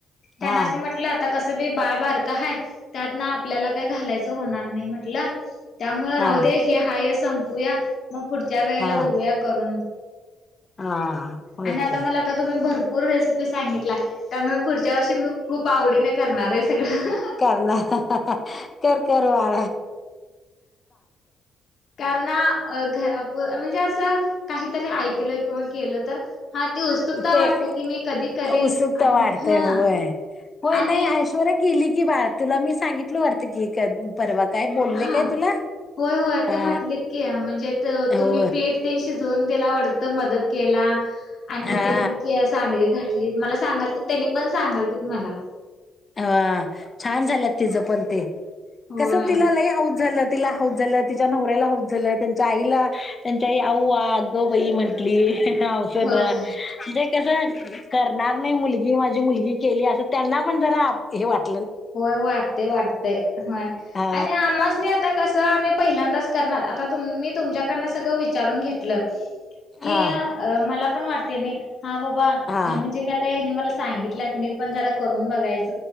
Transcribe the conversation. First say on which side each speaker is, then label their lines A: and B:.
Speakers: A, on the left; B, on the left.
A: त्यांनाच
B: हा
A: मी म्हटलं आता कसं बी बाळबार का हय त्यात ना आपल्याला काही घालायचं होणार नाही म्हटलं त्यामुळे
B: हा
A: राहु दे हे हायस् संपूया मग पुढच्या वेळेला
B: हा
A: बघूया करून
B: हा होय
A: आणि आता
B: की
A: मला आता तुम्ही भरू पूर्ण रेसिपी सांगितला त्यामुळे पुढच्या वर्षी मी खूप आवडीने करणार आहे सगळं
B: करला कर करवाा
A: कारणा घरा म्हणजे असं काहीतरी ऐकलं किंवा केलं तर हा ती उत्सुकता
B: ते
A: वाटते की मी कधी करीन
B: उत्सुकता
A: आणि
B: वाढते
A: हा
B: होय. होय
A: आणि
B: नाही ऐश्वर केली की बा तुला मी सांगितल वारत की परवा का बोलले
A: हा
B: काय तुला
A: होय होय
B: हा
A: ते म्हटलेत की म्हणजे तुम्ही
B: हो
A: पेठ ते शिजवून दिला आ मदत केला आणि
B: हा
A: त्यांनी क सड घ मला सांगाल त्यानी पण सांगाल मला
B: अ छान झाल्यात तिचं पण ते
A: होय
B: कस तिला लई हऊस झालं तिला होत झालं तिच्या नवऱ्याला होत झालं त्यांच्या आईला त्यांच्याई आऊग बाई म्हंटली हवं
A: हो
B: ना म्हणजे कस करणार नाही मुलगी माझी मुलगी केली असं त्यांना ण ज वाट
A: होय वाटते वाटतेय होय
B: हा
A: आणि आमास नाही आता कसं आम्ही पहिल्यांदाच करणार आता तुम्ी तुमच्याकडन सगळं विचारून घेतलं
B: हा
A: कि मला पण वाटते नाही हा बाबा
B: हा
A: म्हणजे मी आता हे नि सांगित मी पण जरा करून बघायच